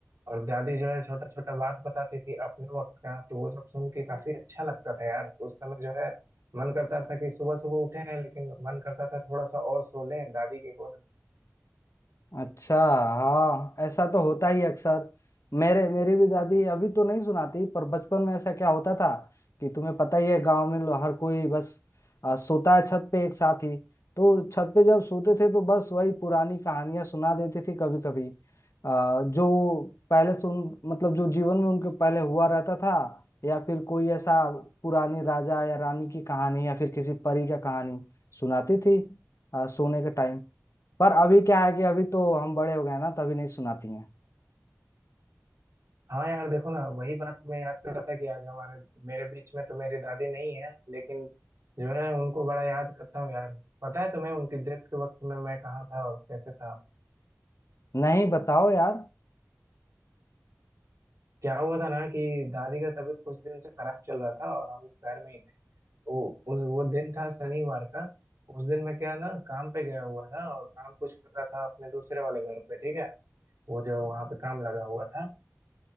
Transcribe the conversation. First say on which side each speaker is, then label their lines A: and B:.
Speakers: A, on the right (about 80°); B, on the left (about 75°).
A: और दादी जो है छोटा छोटा बात बताती थी अपने वक्त का तो वो सब सुन के काफी अच्छा लगता था यार उस समय जो है मन करता था कि सुबह सुबह उठे हैं लेकिन मन करता था थोड़ा सा और सो लें दादी की गोद में
B: अच्छा हाँ ऐसा तो होता ही अक्सर मेरे मेरी भी दादी अभी तो नहीं सुनाती पर बचपन में ऐसा क्या होता था कि तुम्हें पता ही है गांव में लो- हर कोई बस आ, सोता है छत पे एक साथ ही तो छत पे जब सोते थे तो बस वही पुरानी कहानियां सुना देती थी कभी कभी आ, जो पहले सुन मतलब जो जीवन में उनके पहले हुआ रहता था या फिर कोई ऐसा पुरानी राजा या रानी की कहानी या फिर किसी परी का कहानी सुनाती थी आ, सोने के टाइम पर अभी क्या है कि अभी तो हम बड़े हो गए ना तभी नहीं सुनाती हैं
A: हाँ यार देखो ना वही बात मैं याद कर रहा था कि आज हमारे मेरे बीच में तो मेरी दादी नहीं है लेकिन जो है उनको बड़ा याद करता हूँ यार पता है तुम्हें उनकी डेथ के वक्त में मैं कहाँ था और कैसे था
B: नहीं बताओ यार
A: क्या हुआ था ना कि दादी का तबीयत कुछ दिन से खराब चल रहा था और हम लोग घर में ही थे तो उस वो दिन था शनिवार का उस दिन मैं क्या ना काम पे गया हुआ था और काम कुछ कर रहा था अपने दूसरे वाले घर पे ठीक है वो जो वहाँ पे काम लगा हुआ था